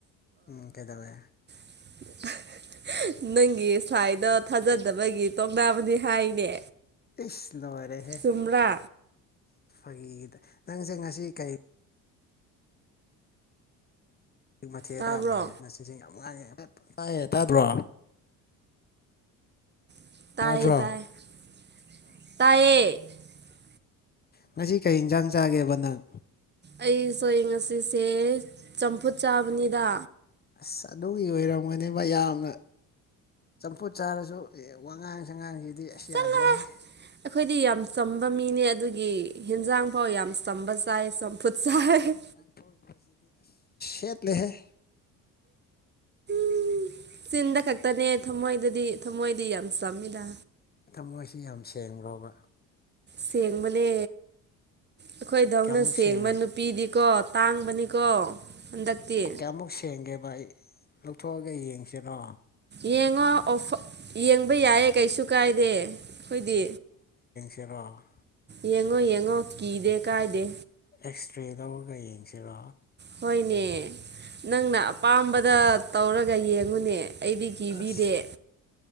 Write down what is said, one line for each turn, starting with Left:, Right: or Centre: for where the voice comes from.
Left: ꯏꯀꯩꯗꯕꯦ
Right: <unintelligible> ꯅꯪꯒꯤ ꯁ꯭ꯋꯥꯏꯗ ꯊꯥꯖꯗꯕꯒꯤ ꯇꯣꯛꯅꯥꯕꯅꯤ ꯍꯥꯏꯅꯦ
Left: ꯏꯁ ꯂꯣꯏꯔꯦꯍꯦ
Right: ꯆꯨꯝꯔꯥ
Left: ꯑꯩ ꯅꯪꯁꯦ ꯉꯁꯤ ꯀꯩ ꯍꯧꯖꯤꯛ ꯃꯊꯦꯜꯁꯨ
Right: ꯇꯥꯕ꯭ꯔꯣ
Left: ꯌꯥꯝꯃꯦꯌꯦꯦꯅꯆꯤꯟꯁꯦ ꯌꯥꯝ ꯉꯥꯡꯉꯦ ꯍꯥꯏꯐꯦꯠ ꯇꯥꯏ ꯇꯥꯗ꯭ꯔꯣ
Right: ꯇꯦ
Left: ꯇꯥꯕ꯭ꯔꯣ
Right: ꯇꯥꯏ ꯇꯦ
Left: ꯉꯁꯤ ꯀꯩ ꯏꯟꯁꯥꯡ ꯆꯥꯒꯦꯕ ꯅꯪ
Right: ꯑꯩ ꯆꯔꯦꯡꯁꯤꯁꯦ ꯆꯝꯐꯨꯠ ꯆꯥꯕꯅꯤꯗ
Left: ꯑꯁ ꯑꯗꯨꯒꯤ ꯑꯣꯏꯔꯝꯒꯅꯦꯕ ꯌꯥꯝꯅ ꯆꯝꯐꯨꯠ ꯆꯥꯔꯁꯨ ꯋꯥꯉꯥꯡ ꯁꯉꯥꯡꯁꯤꯗꯤ ꯑꯁ
Right: ꯆꯠꯂꯦ
Left: ꯌꯥꯗ꯭ꯔꯦꯍ
Right: ꯑꯩꯈꯣꯏꯗꯤ ꯌꯥꯝ ꯆꯝꯕ ꯃꯤꯅꯦ ꯑꯗꯨꯒꯤ ꯍꯟꯖꯥꯡ ꯐꯥꯎ ꯌꯥꯝ ꯁꯝꯕꯁ ꯁꯄꯨꯠꯁꯥꯏ
Left: ꯑꯦꯠ ꯂꯩꯍꯦ
Right: ꯎ ꯆꯤꯟꯗ ꯈꯛꯇꯅꯦ ꯊꯝꯃꯣꯏꯗꯗꯤ ꯊꯝꯃꯣꯏꯗꯤ ꯌꯥꯝ ꯆꯝꯃꯤꯗ
Left: ꯊꯃꯣꯏꯁꯤ ꯌꯥꯝ ꯁꯦꯡꯕ꯭ꯔꯣꯕ
Right: ꯁꯦꯡꯕꯅꯦ ꯑꯩꯈꯣꯏꯗꯧꯅ
Left: ꯀꯌꯥꯃꯨꯛ
Right: ꯁꯦꯡꯕ
Left: ꯁꯦꯡꯒꯦ
Right: ꯅꯨꯄꯤꯗꯤꯀꯣ ꯇꯥꯡꯕꯅꯤꯀꯣ ꯍꯟꯗꯛꯇꯤ
Left: ꯀꯌꯥꯃꯨꯛ ꯁꯦꯡꯒꯦꯕ ꯑꯩ ꯂꯧꯊꯣꯛꯑꯒ ꯌꯦꯡꯁꯤꯅꯣ
Right: ꯌꯦꯡꯉꯣꯐ ꯌꯦꯡꯕ ꯌꯥꯏꯌꯦ ꯀꯩꯁꯨ ꯀꯥꯏꯗꯦ ꯑꯩꯈꯣꯏꯗꯤ
Left: ꯇꯔꯣ
Right: ꯌꯦꯡꯉꯣ ꯌꯦꯡꯉꯣ ꯀꯤꯗꯦ ꯀꯥꯏꯗꯦ
Left: ꯏꯁꯇꯔꯦ ꯂꯧꯔꯒ ꯌꯦꯡꯁꯤꯔꯣ
Right: ꯍꯣꯏꯅꯦ ꯅꯪꯅ ꯑꯄꯥꯝꯕꯗ ꯇꯧꯔꯒ ꯌꯦꯡꯉꯨꯅꯦ ꯑꯩꯗꯤ ꯀꯤꯕꯤꯔꯦ
Left: ꯑꯁ